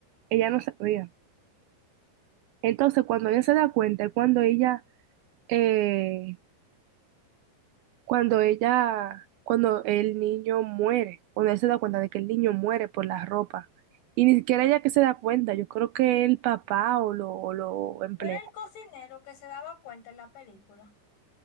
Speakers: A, on the right (about 80°); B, on the left (about 85°).
A: ella no sabía. Entonces, cuando ella se da cuenta, es cuando ella, eh, cuando ella, cuando el niño muere, cuando ella se da cuenta de que el niño muere por la ropa. Y ni siquiera ella que se da cuenta, yo creo que el papá o lo, o lo emplea.
B: No era el cocinero que se daba cuenta en la película,